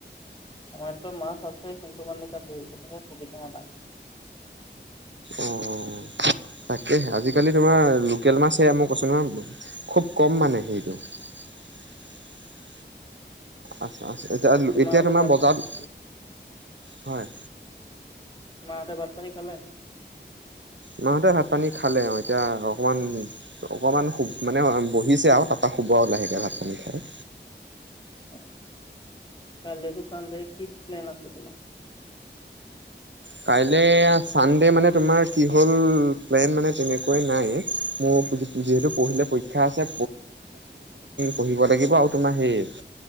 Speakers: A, on the left (about 25°); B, on the right (about 75°).
A: আমাৰ তাত মাছ আছে কিন্তু মানে তাত ধৰিব গ'লে সুবিধা নাই।
B: অ, অ, অ তাকেহে আজিকালি তোমাৰ লোকেল মাছহে মই কৈছো নহয় খুব কম মানে। সৰি দওঁ <unintelligible> আচ্ছা, আচ্ছা এতিয়া
A: বাকী
B: এতিয়া
A: মাহঁতে
B: তোমাৰ
A: ভাত
B: বজাৰত
A: পা
B: হয়।
A: মাহঁতে ভাত পানী খালে?
B: মাঁহতে ভাত পানী খালে। এতিয়া অকমান অকমান মানে শু মানে ব হিছে আৰু তাৰ পৰা শুব আৰু লাহেকৈ ভাত পানী থ <unintelligible>
A: অ' কাইলে টো চান ডে কি প্লেন আছে তোমাৰ?
B: প্লেন মানে তেনেকৈ নাই মোৰ যিহেতু পৰহিলৈ পৰীক্ষা আছে পঢ়িব লাগিব আৰু তোমাৰ হেৰি